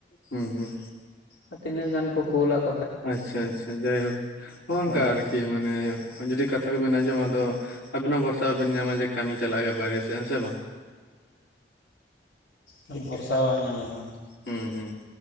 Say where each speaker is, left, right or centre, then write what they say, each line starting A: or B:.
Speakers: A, on the left; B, on the left.
A: ᱦᱩᱸ ᱦᱩᱸ᱾
B: ᱟᱨ ᱛᱤᱱᱟᱹᱜ ᱜᱟᱱ ᱠᱚ ᱠᱩᱞ ᱟᱫ᱾
A: ᱟᱪᱷᱟ ᱟᱪᱷᱟ ᱡᱟᱭᱦᱳᱠ ᱱᱚᱝᱠᱟ
B: ᱦᱳᱭ
A: ᱟᱨᱠᱤ ᱢᱟᱱᱮ ᱡᱩᱫᱤ ᱠᱟᱛᱷᱟ ᱠᱚᱵᱮᱱ ᱟᱸᱡᱚᱢᱟ ᱟᱫᱚ᱾ ᱟᱵᱤᱱ ᱦᱚᱸ ᱵᱷᱚᱨᱥᱟ ᱵᱟᱤᱱ ᱧᱟᱢᱟ ᱡᱮ ᱠᱟᱹᱢᱤ ᱪᱟᱞᱟᱜ ᱦᱩᱭᱩᱟ ᱵᱟᱭᱨᱮ ᱥᱮᱱ ᱦᱮᱸ ᱥᱮ ᱵᱟᱝ᱾
B: ᱦᱮᱸ ᱵᱷᱚᱨᱥᱟ ᱵᱟᱝ ᱧᱟᱢᱚᱜᱼᱟ᱾
A: ᱦᱩᱸ ᱦᱩᱸ᱾